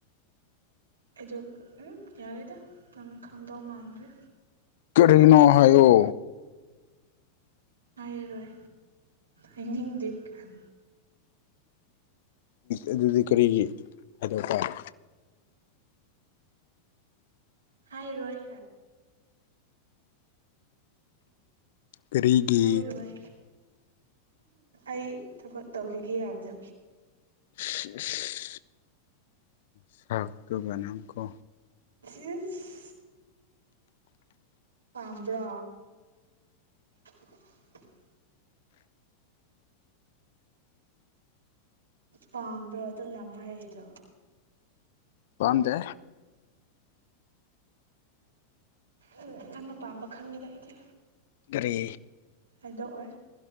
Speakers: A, on the right; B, on the left.
A: ꯑꯩꯗꯣ ꯎꯝ ꯌꯥꯔꯦꯗ ꯅꯪ ꯈꯪꯗꯧ ꯃꯥꯟꯗ꯭ꯔꯦ
B: ꯀꯔꯤꯅꯣ ꯍꯥꯏꯌꯣ
A: ꯍꯥꯏꯔꯣꯏ ꯍꯥꯏꯅꯤꯡꯗꯦ <inaudible>
B: ꯑꯗꯨꯗꯤ ꯀꯔꯤꯒꯤ ꯍꯥꯏꯗꯣꯛ ꯇꯥꯔꯦ
A: ꯍꯥꯏꯔꯣꯏ
B: ꯀꯔꯤꯒꯤ
A: ꯍꯥꯏꯔꯣꯏ ꯑꯩ ꯊꯕꯛ ꯇꯧꯈꯤꯒꯦ ꯍꯥꯏꯕꯗ
B: <unintelligible> ꯁꯛꯇꯨꯒ ꯅꯪꯀꯣ
A: <unintelligible> ꯄꯥꯝꯕ꯭ꯔꯣ <unintelligible> ꯄꯥꯝꯕ꯭ꯔꯣ ꯑꯗꯨ ꯌꯥꯝ ꯍꯥꯏꯗꯣ
B: ꯄꯥꯝꯗꯦ
A: ꯎꯝ ꯅꯪꯅ ꯄꯥꯝꯕ ꯈꯪꯉꯤꯗ ꯑꯩꯗꯤ
B: ꯀꯔꯤ
A: ꯍꯥꯏꯗꯣꯛ ꯑꯣꯏ